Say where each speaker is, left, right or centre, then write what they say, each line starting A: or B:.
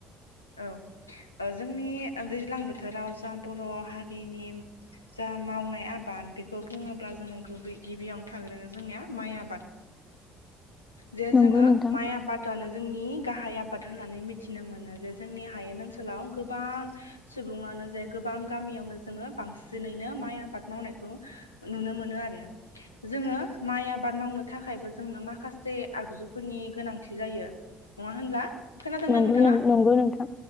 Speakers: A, on the left; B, on the left.
A: औ ओ जोंनि दैज्लां बोथोराव जा बर हारिनि जा मावनाय आबाद बेखौ बुङोब्ला जोङो गुबै गिबियावनो थाग्रोगोन जोंनिया माइ आबाद। जे
B: नंगौ
A: जोङो
B: नोंथां
A: माइ आबादआनो जोंनि गाहाय आबाद होननानै मिथिनो मोनो जे जोंनि हायेन ओनसोलाव गोबां सुबुङानो जे गोबां गामियावनो जोङो बांसिनैनो माइ आबाद मावनायखौ नुनो मोनो आरो जोङो माइ आबाद मावनो थाखायबो जोंनो माखासे आगजुफोरनि गोनांथि जायो। नङा होनब्ला खोनादोंना
B: नंगौ
A: नोंथाङा?
B: नंगौ नोंथां